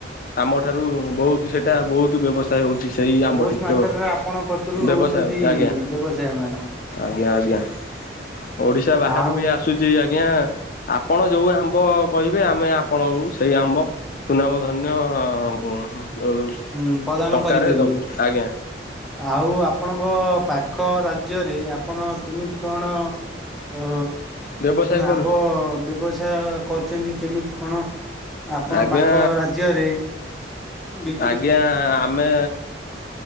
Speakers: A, on the left; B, in the centre.
A: ଆମଠାରୁ ବହୁତ ସେଟା ବହୁତ ବ୍ୟବସ୍ ବ୍ୟବସାୟ ହଉଛି ସେଇ ଆମ୍ବଟି
B: ବହୁତ ମାତ୍ରାରେ
A: କେବଳ,
B: ଆପଣଙ୍କ କତୁରୁ
A: ବ୍ୟବସାୟ
B: ନଉଛନ୍ତି
A: ହଉଛି। ଆଜ୍ଞା,
B: ବ୍ୟବସାୟ ମାନେ।
A: ଆଜ୍ଞା, ଆଜ୍ଞା। ଓଡିଶା ବାହାରୁ
B: ଆଉ
A: ବି ଆ ଆସୁଛି ଆଜ୍ଞା, ଆପଣ ଯୋଉ ଆମ୍ବ କହିବେ, ଆମେ ଆପଣଙ୍କୁ ସେଇ ଆମ୍ବ ସୁନାମ ଧନ୍ୟ ଅ ଅଉ
B: ହୁଁ ପ୍ରଦାନ
A: ଟଙ୍କାରେ
B: କରିପାରିବେ।
A: ଦବୁ, ଆଜ୍ଞା।
B: ଆଉ ଆପଣଙ୍କ ପାଖ ରାଜ୍ୟରେ, ଆପଣ କେମିତି କଣ ଅ
A: ବ୍ୟବସାୟ କରୁଛୁ
B: ଆମ୍ବ ବ୍ୟବସାୟ କରୁଛନ୍ତି, କେମିତି କଣ? ଆପଣ
A: ଆଜ୍ଞା
B: ପାଖ ରାଜ୍ୟରେ, ବି
A: ଆଜ୍ଞା, ଆପ ଆମେ